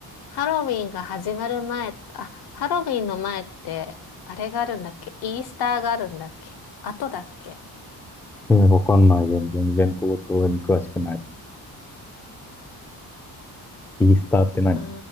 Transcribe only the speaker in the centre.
えー、わかんない。全然イベントごとに詳しくない。イースターって何